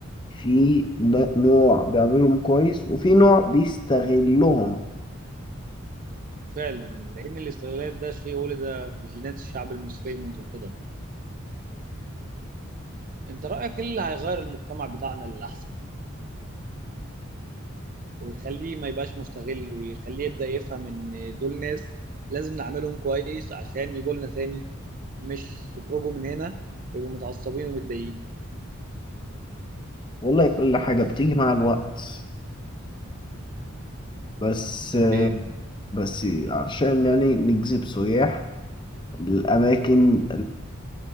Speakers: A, on the left; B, on the right.
A: في ن- نوع بيعملهم كويس وفي نوع بيستغلهم
B: فعلا لان الاستغلال ده شيء ولد في جينات الشعب المصري منذ القدم. انت رايك ايه اللي هيغير المجتمع بتاعنا للاحسن ويخليه ما يبقاش مستغل ويخليه يبدا يفهم ان دول ناس لازم نعملهم كويس عشان يجوا لنا تاني مش يخرجوا من هنا ويبقوا متعصبين ومتضايقين.
A: والله كل حاجة بتيجي مع الوقت بس
B: إيه؟
A: بس عشان يعني نجذب سياح للأماكن